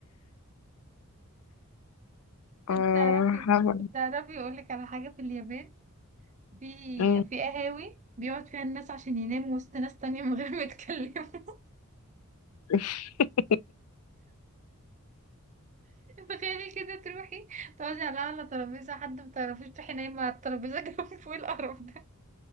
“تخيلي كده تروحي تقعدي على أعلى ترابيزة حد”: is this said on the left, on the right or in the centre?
Right